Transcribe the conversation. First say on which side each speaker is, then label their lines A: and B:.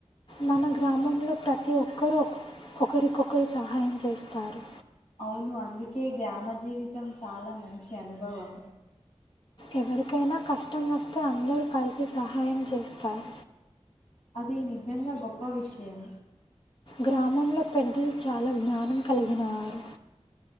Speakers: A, on the left; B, on the left.
A: మన గ్రామంలో ప్రతి ఒక్కరుూ ఒకరికొకరు సహాయం చేస్తారు
B: అవును అందుకే గ్రామ జీవితం చాలా మంచి అనుభవం
A: ఎవరికైనా కష్టం వస్తే అందరూ కలిసి సహాయం చేస్తారు
B: అది నిజంగా గొప్ప విషయం
A: గ్రామంలో పెద్దలు చాలా జ్ఞానం కలిగినారు